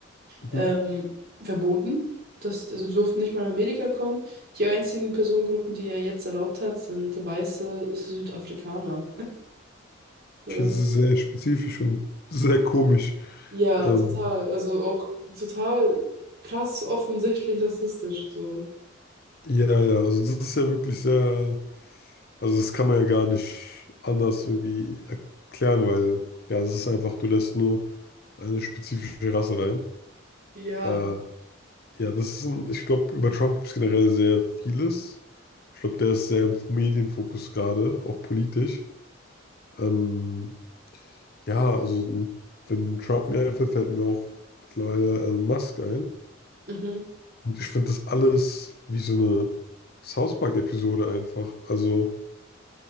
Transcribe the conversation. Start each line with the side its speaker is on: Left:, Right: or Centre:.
Left: Mhm.
Right: ähm, verboten. Das, also die durften nicht mehr nach Amerika kommen. Die einzigen Personengruppen, die er jetzt erlaubt hat, sind weiße Südafrikaner. <laughs>
Left: Okay, das ist sehr spezifisch und sehr komisch.
Right: Ja,
Left: Ähm,
Right: total. Also auch total krass offensichtlich rassistisch, so.
Left: ja, ja, also das ist ja wirklich sehr Also das kann man ja gar nicht anders irgendwie erklären, weil ja, das ist einfach, du lässt nur eine spezifische Rasse rein.
Right: Ja.
Left: Äh, ja, das ist ein, ich glaube, über Trump gibt es generell sehr vieles. Ich glaube, der ist sehr im Medienfokus gerade, auch politisch. Ähm, ja, also wenn Trump mir einfällt, fällt mir auch mittlerweile Elon Musk ein.
Right: Mhm.
Left: Und ich finde das alles wie so eine South Park-Episode einfach. Also